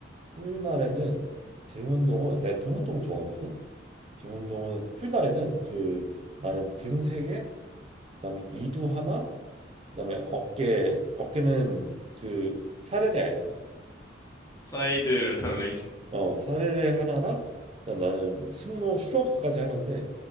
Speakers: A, on the right; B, on the left.
A: 풀날에는 등 운동은 내가 등 운동 좋아하거든. 등 운동은 풀날에는 그 나는 등 세 개, 그다음에 이두 하나, 그다음에 어깨 어깨는 그 사레레 알지?
B: 사이드 레터 레이스,
A: 어, 사례를 하나랑 그다음 나는 뭐 승모 슈로크까지 하는데